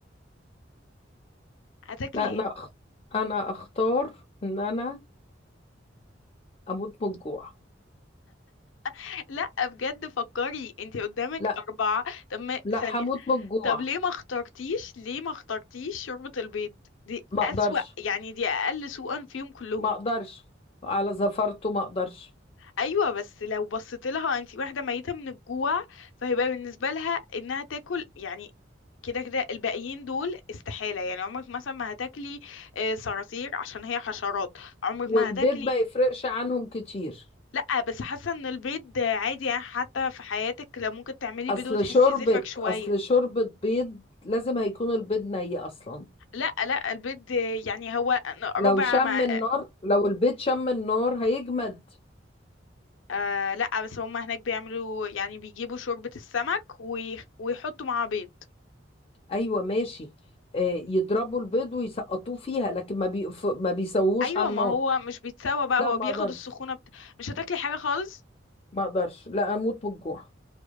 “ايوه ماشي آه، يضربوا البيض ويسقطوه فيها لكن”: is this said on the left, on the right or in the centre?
Left